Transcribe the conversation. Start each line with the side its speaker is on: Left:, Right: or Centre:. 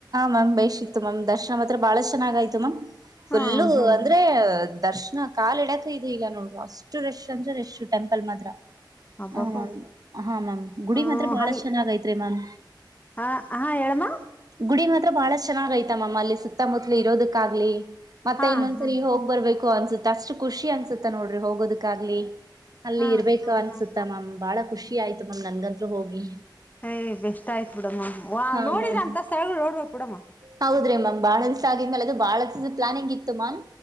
Right: ಮ್ಯ್ ಬೇ್ ಸಿಕ್ತ್ತು ಮಾಮ್ ದರ್ಶನ ಹತ್ರಾಳ ಚೆಾಗ ಆಯತು ಮಾಮ್ ಫುಲ್ಲು
Left: ಹಾ ಹಾ
Right: ಅಂದ್ರೆ
Left: ಹಾ
Right: ದರ್ಶನ ಕಾ ಎಡಕ ಇದೆ ಇಲ್ಲ ನೋಡ್ ಅಷ್ಟು ರಶ್ ಅ್ರೆ ರೆಶ್ ಟೆಂಪಲ್ ಕಲ್ಮಾದ್ರ
Left: ಅಬ್ಬಬ್ಬ
Right: ಹ ಹಾ ಮ್ಯಾಮ್ ಗುಡಿ
Left: ಹ್ಮ
Right: ಮಾತ್ರ ಬಾಳ
Left: ಅಲ್
Right: ಚೆನ್ನಾಗಐತ್ರಿ ಮ್ಯಾಮ್
Left: ಹ ಹಾ ಹೇಳಮ್ಮ
Right: ಗುಡಿ ಮಾತ್ರ ಬಹಳ ಚೆನ್ನಾಗ್ ಐತ ಮಮ್ಮ ಅಲ್ಲಿ ಸುತ್ತಮುತ್ತಲು ಇರೋದಕ್ಕಾಗಗ್ಲಿ ಮತ್ತೆ
Left: ಹಾ
Right: ಇನ್ನೊಂದ್ಸರಿ
Left: ಹಾ
Right: ಹೋಗ್ ಬರ್ಬೇಕು ೋ ಅನ್ಸುತ್ತ ಅಷ್ಟು ಖುಷಿ ಅನ್ಸುತ್ತ ನೋಡ್ರಿ ಹೋಗೋದಕ್ಕಾಗಗ್ಲಿ ಅಲ್ಲಿ
Left: ಹಾ
Right: ಇರ್ಬೇಕು
Left: ಹಾ
Right: ಅನ್ಸುತ್ತಮ್ಮ
Left: ಹಾ
Right: ಬಾಳ ಖುಷಿ ಆಯ್ತು ಮಮ್ ನನ್ಗಂತ್ರೂ ಹೋಗಿ
Left: ಯ್ ಬೆಸ್ಟ್ ಆಯ್ತು ಬಿಡಮ್ಮ
Right: ಹಾ
Left: ನೋಡಿದ್ರ
Right: ಮ್ಯಾಮ್
Left: ಅಂತ ರೋಡ್ವಾ ಪಡಮ
Right: ಹೌದ್ರಿ ಮ್ಯಾಮ್ ಬಾಳ ದಸ ಆ ಆದಿದ ಮೇಲೆ ಅದು ಬಾಳಸ ಪ್ಲಾನಿಂಗ್ ಇತ್ತು ಮಾಮ್